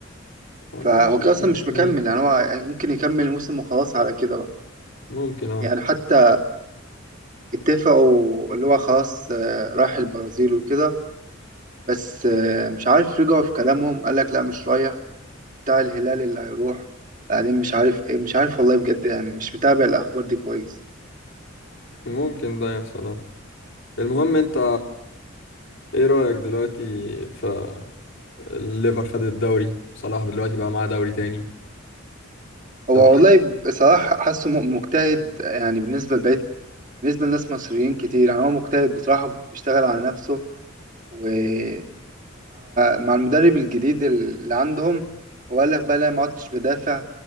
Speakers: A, on the left (about 65°); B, on the right (about 40°).
A: والله
B: فهو
A: لسه
B: كان اصلا
A: مستنيين.
B: مش مكمل يعني هو ممكن يكمل الموسم وخلاص على كده بقى
A: ممكن اه
B: يعني حتى اتفقوا اللي هو خلاص آه رايح البرازيل وكده بس آه مش عارف رجعوا في كلامهم قال لك لا مش رايح بتاع الهلال اللي هيروح بعدين مش عارف ايه مش عارف والله بجد يعني مش متابع الاخبار دي كويس
A: ممكن ده يحصل اه المهم انت ايه رأيك دلوقتي في الليفر خد الدوري صلاح دلوقتي بقى معاه دوري تاني
B: هو
A: انت بتحب
B: والله بصراحة حاسه م- مجتهد يعني بالنسبة لبقية بالنسبة لناس مصريين كتير يعني هو مجتهد بصراحة بيشتغل على نفسه ومع مع المدرب الجديد اللي عندهم هو قال لك بقى لا ما عدتش بدافع